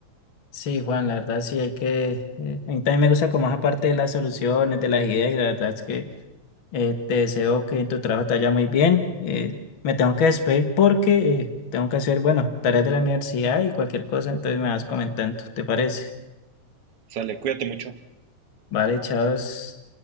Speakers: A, on the left; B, on the right.
A: Sí, Juan, la verdad sí hay que... eh, a mí también me gusta como esa parte de las soluciones, de las ideas y la verdad es que... Eh, te deseo que en tu trabajo te vaya muy bien. Eh, me tengo que despedir porque eh, tengo que hacer, bueno, tareas de la universidad y cualquier cosa, entonces me vas comentando, ¿te parece?
B: Sale, cuídate mucho.
A: Vale, chavos.